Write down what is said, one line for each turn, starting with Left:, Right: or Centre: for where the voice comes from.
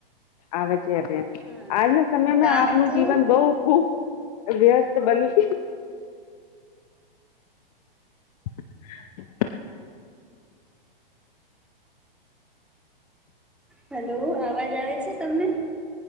Left: આવે છે બેન
Centre: હા
Left: આજના સમયમાં
Centre: કામ
Left: આપણું
Centre: તો
Left: જીવન બહું ખુબ વ્યસ્ત બની <inaudible>
Centre: હેલો અવાજ આવે છે તમને